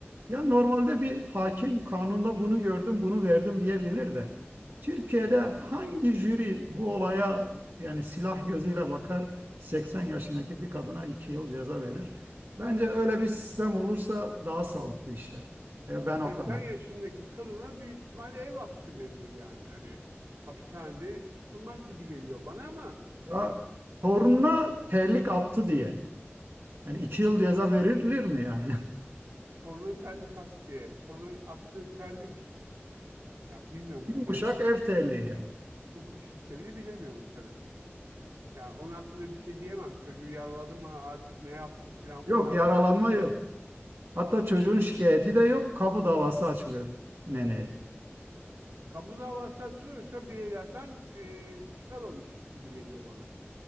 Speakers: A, on the right; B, on the right.
A: Ya normalde bir hakim kanunda bunu gördüm, bunu verdim diyebilir de. Türkiye'de hangi jüri bu olaya yani silah gözüyle bakar 80 yaşındaki bir kadına 2 yıl ceza verir? Bence öyle bir sistem olursa daha sağlıklı işler. E, ben
B: Ya 80
A: o kanaatteyim.
B: yaşındaki kadına büyük ihtimal ev hapsi verilir yani. Hani hapishanede tutulmaz gibi geliyor bana ama
A: Ya torununa terlik attı diye. Yani 2 yıl ceza verilir mi yani?
B: torna terlik attı diye. Torna attığı terlik ya bilmiyorum
A: <laughs>
B: tabii
A: Yumuşak
B: ben hu-
A: ev terliği yani.
B: hukuk sistemini bilemiyorum tabii. Yani onun hakkında bir şey diyemem. Çocuğu yaraladı mı artık ne yaptı filan
A: Yok
B: falan
A: yaralanma yok. Hatta çocuğun şikayeti de yok. Kamu davası açılıyor neneye.
B: Kamu davası açılıyorsa bireylerden e, çıkar o iş gibi geliyor bana.